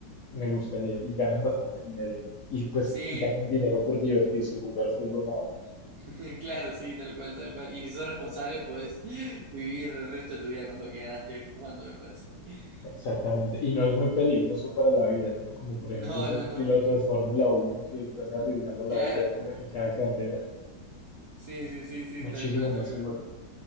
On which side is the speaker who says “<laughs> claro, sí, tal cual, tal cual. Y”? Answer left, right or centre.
Right